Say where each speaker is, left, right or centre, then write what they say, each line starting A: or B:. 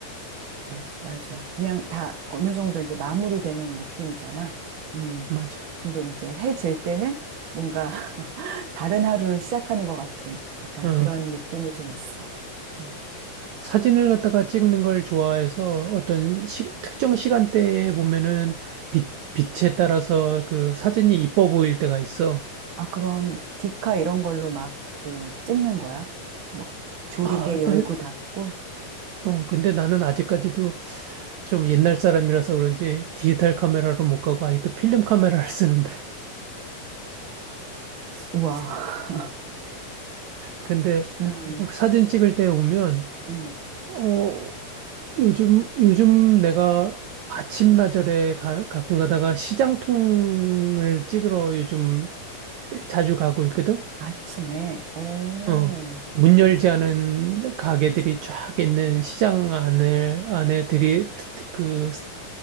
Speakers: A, on the right; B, on the right.
A: 그래, 맞아. 그냥 다 어느 정도 이제 마무리되는 느낌이잖아. 음,
B: 맞아.
A: 근데 이제 해 질 때는 뭔가 <laughs> 다른 하루를 시작하는 것 같은 약간
B: 어.
A: 그런 느낌이 좀 있어. 음.
B: 사진을 갖다가 찍는 걸 좋아해서 어떤 시- 특정 시간대에 보면은 빛, 빛에 따라서 그 사진이 이뻐 보일 때가 있어.
A: 아, 그럼 디카 이런 걸로 막 그 찍는 거야? 막 조리개
B: 아,
A: 열고
B: 근데,
A: 닫고?
B: 어, 근데 나는 아직까지도 좀 옛날 사람이라서 그런지 디지털 카메라로 못 가고 아직도 필름 카메라를 쓰는데.
A: 우와.
B: 근데
A: 음,
B: 어, 사진 찍을 때 보면
A: 음.
B: 어, 요즘, 요즘 내가 아침나절에 가, 가끔 가다가 시장통을 찍으러 요즘 자주 가고 있거든?
A: 아침에, 오,
B: 어. 문 열지 않은 가게들이 쫙 있는 시장 안을, 안에 들이, 그,